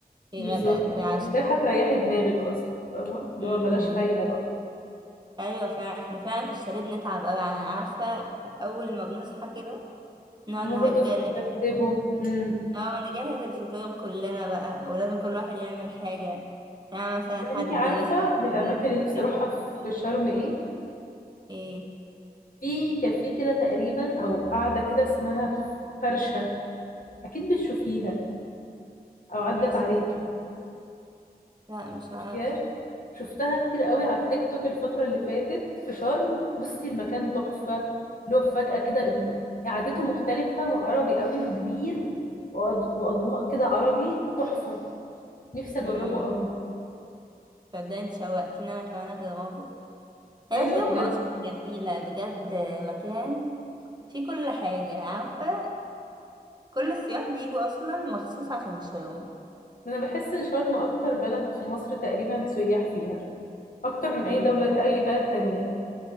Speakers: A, on the right; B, on the left.
A: في
B: بالظبط
A: غدا في عشاء
B: ده هتريحي دماغك اصلا فاهمة اللي
A: مم.
B: هو بلاش خايلة بقى
A: ايوه فعلا احنا فعلا في الشاليه بنتعب قوي عارفه اول ما بنصحى كده نقعد
B: هما
A: نهج-
B: برضه لازم
A: نجهز
B: ترتبه امم
A: اه نجهز الفطور كلنا بقى ولازم كل واحد يعمل حاجة يعني مثلا
B: طب
A: حد
B: انتي عارفة
A: يسلق
B: من
A: البيض
B: الأماكن اللي نفسي
A: كده.
B: أروحها في شرم ايه؟
A: ايه
B: في كافيه كده تقريبا أو قاعدة كده اسمها فرشة أكيد بتشوفيها أو عدت
A: ايه اسمه
B: عليكي
A: لا مش
B: شفتيهاش
A: عارف
B: شفتها كتير قوي على التيك توك الفترة اللي فاتت في شرم بصي المكان تحفة اللي هو فجأة كده ب- قعدته مختلفة وعربي قوي وكبير وأض- وأضواء كده عربي تحفة نفسي
A: امم
B: أجربه قوي
A: صدقني انت شوقتيني انا كمان اجربه هي
B: أيوة
A: فيرما
B: بجد
A: اصلا جميلة بجد مكان فيه كل حاجة عارفة كل السياح بيجوا اصلا مخصوص عشان شرم
B: أنا بحس شرم أكتر بلد في مصر تقريبا سياح فيها أكتر من أي
A: امم
B: دولة أي بلد تانية